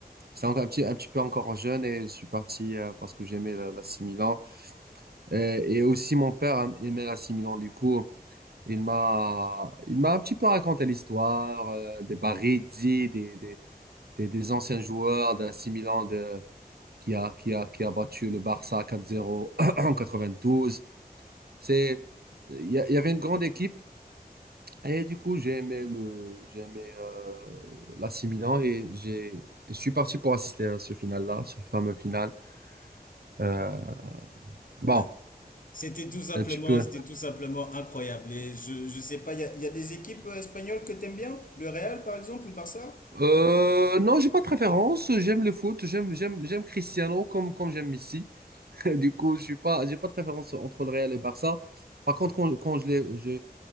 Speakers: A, on the right; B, on the left.
A: j'étais encore un petit, un petit peu encore jeune et je suis parti euh, parce que j'aimais la, la 6 Milan. Et, et aussi mon père aimait la 6 Milan, du coup, il m'a, il m'a un petit peu raconté l'histoire euh, des Baresi, des, des, des, des anciens joueurs de la 6 Milan de, qui a, qui a, qui a battu le Barça 4-0 <clears throat> en 92. C'est, il y, a- il y avait une grande équipe Et du coup, j'ai aimé le, j'ai aimé euh, l'AC Milan et j'ai, je suis parti pour assister à ce final-là, ce fameux final. Euh, bon,
B: ouais. C'était tout simplement,
A: un petit peu.
B: c'était tout simplement incroyable. Et je, je sais pas, il y a, il y a des équipes euh, espagnoles que t'aimes bien? Le Real, par exemple, ou le Barça?
A: Euh, non, j'ai pas de préférence. J'aime le foot. J'aime, j'aime, j'aime Cristiano comme comme j'aime Messi. <laughs> Du coup, je suis pas, j'ai pas de préférence entre le Real et le Barça. Par contre, quand, quand je, les- je,